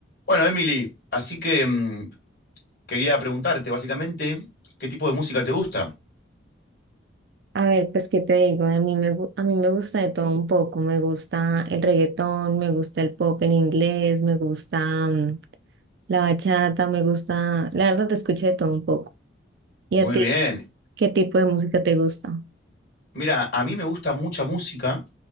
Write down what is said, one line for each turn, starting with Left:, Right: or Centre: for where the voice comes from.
Left: Bueno, Emily, así que mm, quería preguntarte básicamente qué tipo de música te gusta.
Right: A ver, pues qué te digo, a mí me, gu- a mí me gusta de todo un poco, me gusta el reggaetón, me gusta el pop en inglés, me gusta mm, la bachata, me gusta, la verdad te escucho de todo un poco. ¿Y
Left: Muy
Right: a ti?
Left: bien.
Right: ¿Qué tipo de música te gusta?
Left: Mira, a mí me gusta mucha música.